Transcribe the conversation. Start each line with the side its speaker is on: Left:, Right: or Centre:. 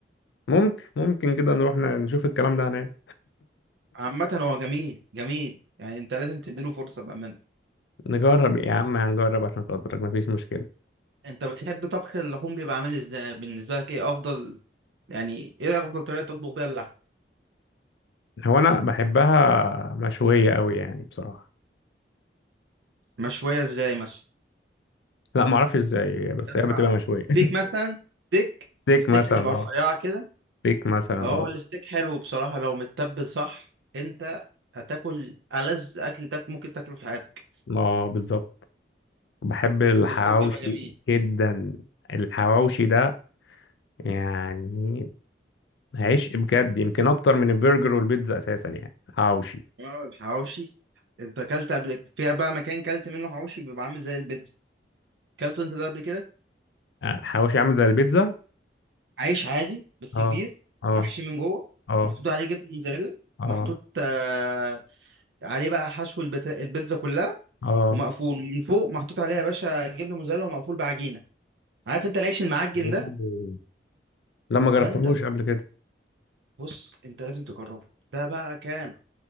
Left: ممكن ممكن كده نروح ن- نشوف الكلام ده هناك
Right: عامة هو جميل جميل يعني انت لازم تديله فرصة بأمانة
Left: نجرب يا عم هنجرب عشان خاطرك مفيش مشكله
Right: انت بتحب طبخ اللحوم بيبقى عامل ازاي بالنسبه لك ايه افضل يعني ايه افضل طريقه تطبخ بيها اللحم
Left: هو انا بحبها مشويه قوي يعني بصراحه
Right: مشويه ازاي مثلا
Left: لا ما اعرفش ازاي بس
Right: لحمة
Left: هي بتبقى مشويه
Right: ستيك
Left: <laughs>
Right: مثلا ستيك
Left: ستيك
Right: ستيك
Left: مثلا
Right: تبقى
Left: اه
Right: رفيعه كده
Left: ستيك مثلا
Right: اه
Left: اه
Right: الستيك حلو بصراحه لو متبل صح انت هتاكل ألذ اكل تاك ممكن تاكله في حياتك
Left: اه بالظبط بحب الحواوشي
Right: الستيك بيبقى جميل
Left: جدا الحواوشي ده يعني عشق بجد يمكن اكتر من البرجر والبيتزا اساسا يعني حواوشي
Right: اه الحواوشي انت اكلت قبل فيها بقى مكان كلت منه حواوشي بيبقى عامل زي البيتزا اكلته انت ده قبل كده
Left: يعني الحواوشي عامل زي البيتزا
Right: عيش عادي بس
Left: اه
Right: كبير
Left: اه
Right: محشي من جوه
Left: اه
Right: محطوط عليه جبنه موتزاريلا
Left: اه
Right: محطوط آه، عليه بقى حشو البت- البيتزا كلها
Left: اه
Right: ومقفول من فوق محطوط عليها يا باشا جبنه موتزاريلا ومقفول بعجينه عارف انت العيش المعجن
Left: أوه.
Right: ده
Left: لا ما جربتهوش
Right: فانت
Left: قبل كده
Right: بص انت لازم تجربه ده بقى كان